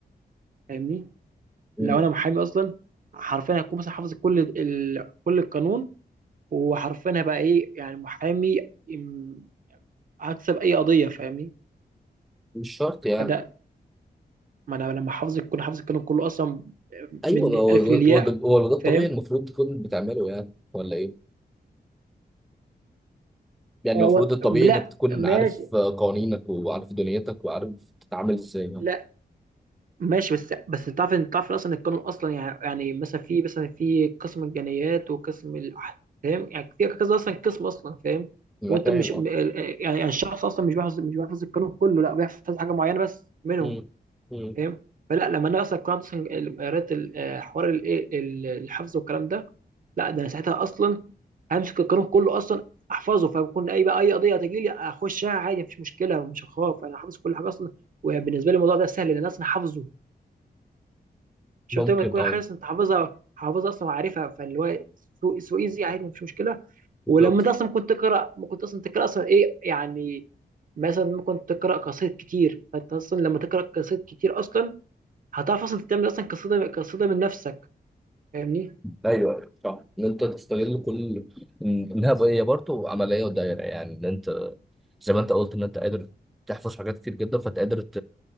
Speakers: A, on the right (about 55°); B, in the centre.
A: فاهمني
B: مم.
A: لو انا محامي اصلا حرفيا هكون مثلا حافظ كل ال... كل القانون وحرفيا هبقى ايه يعني محامي ام- هكسب اي قضيه فاهمني
B: مش شرط يعني
A: فده ما انا لما حافظ كل حافظ القانون كله اصلا
B: ايوه
A: من
B: هو
A: الالف
B: هو
A: للياء
B: ده هو ده الطبيعي
A: فاهم
B: المفروض تكون بتعمله يعني ولا ايه؟ يعني
A: آه،
B: المفروض
A: وط...
B: الطبيعي
A: لا
B: انك تكون
A: ماشي
B: عارف آه، قوانينك وعارف دنيتك وعارف تتعامل ازاي يعني.
A: لا ماشي بس بس تعرف انت تعرف إن اصلا القانون اصلا يعني يعني مثلا في مثلا في قسم الجنايات وقسم الاحداث فاهم يعني في كذا اصلا قسم اصلا فاهم
B: انا
A: وانت
B: فاهم
A: مش م-
B: اه
A: ال- يعني يعني الشخص اصلا مش بيحفظ مش بيحفظ القانون كله لا بيحفظ حاجه معينه بس منهم
B: مم. مم.
A: فاهم فلا لما انا اصلا قرات اصلا ال- قريت ال- آه، حوار الايه ال- الحفظ والكلام ده لا ده انا ساعتها اصلا همسك القانون كله اصلا احفظه فبكون اي بقى اي قضيه تجي لي اخشها عادي مفيش مشكله ومش هخاف انا حافظ كل حاجه اصلا وبالنسبه لي الموضوع ده سهل لان انا اصلا حافظه شفت
B: ممكن
A: لما تكون
B: اه
A: حاسس انت حافظها حافظها اصلا وعارفها فاللي هو سو سو ايزي عادي مفيش مشكله
B: بالظبط
A: ولما انت اصلا كنت تقرا ممكن اصلا تقرا اصلا ايه يعني مثلا ممكن تقرا قصائد كتير فانت اصلا لما تقرا قصائد كتير اصلا هتعرف اصلا تعمل اصلا قصيده قصيده من نفسك فاهمني
B: ايوه ايوه صح ان انت تستغل كل إن- انها بقى- هي برضه عمليه ودايره يعني ان انت زي ما انت قلت ان انت قادر تحفظ حاجات كتير جدا فانت قادر